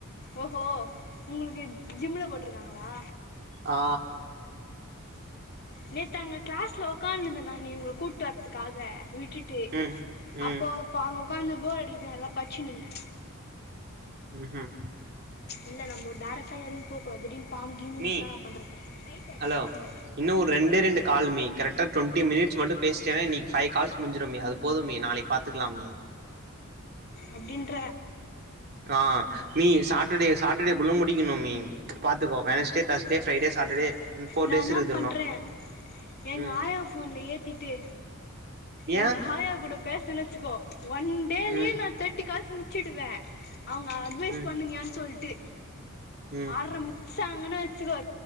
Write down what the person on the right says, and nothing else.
ஆ
ம்
ம்
ம்ஹும்
மீ
ஹலோ
இன்னு ஒரு ரெண்டே ரெண்டு கால் மீ கரெக்டா டொண்டி மினிட்ஸ் மட்டு பேசிட்டேன நீ பைவ் கால்ஸ் முடிஞ்சிடு மீ அது போது மீ நாளைக்கி பாத்துக்கலா மீ
ஆ மீ சாட்டர்டே சாட்டர்டே குள்ள முடிக்கணு மீ பாத்துக்கோ Wednesday Thursday Friday Saturday four
டேஸ்
இருக்குது
இன்னு
ம்
ஏ
ம்
ம்
ம்